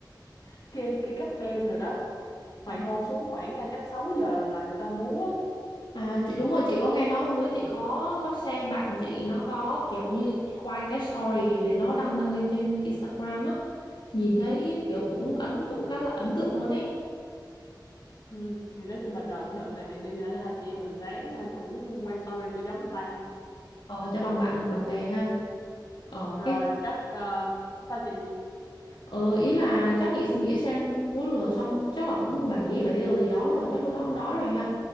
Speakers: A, on the left; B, on the left.
A: <laughs> kê kê cắt đen rồi đó hoàng
B: À,
A: hôn xuống khoảng ờ, chắc 6 giờ là, là người ta múa
B: À, chị đúng rồi chị có nghe nói hôm bữa chị có có xem bạn chị nó có kiểu như quay cái story để nó đăng đăng lên trên Instagram á nhìn thấy kiểu cũng ấn cũng khá là ấn tượng luôn ấy
A: ừ. thì nói chung là đợt đợt này đi là hai chị em mình ráng ờ, cũng quay story cho giống người ta
B: ờ, cho bằng bạn bằng bè ha ờ,
A: rồi
B: cái
A: chắc ờ, sao chị
B: ừ, ý là chắc chị nghĩ xem múa lửa xong chắc là cũng 7 7 giờ gì đó rồi chắc lúc đó cũng đói rồi ha